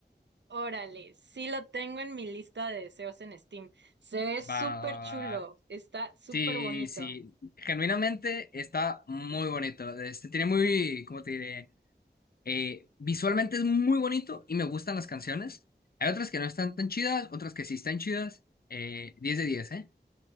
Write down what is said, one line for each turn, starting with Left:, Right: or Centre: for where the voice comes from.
Right: Órale, sí lo tengo en mi lista de deseos en Steam. Se ve súper
Left: Va, va,
Right: chulo,
Left: va.
Right: está súper
Left: Sí,
Right: bonito.
Left: sí, genuinamente está muy bonito. Este tiene muy, ¿cómo te diré? Eh, visualmente es muy bonito y me gustan las canciones. Hay otras que no están tan chidas, otras que sí están chidas. Eh, 10 de 10, ¿eh?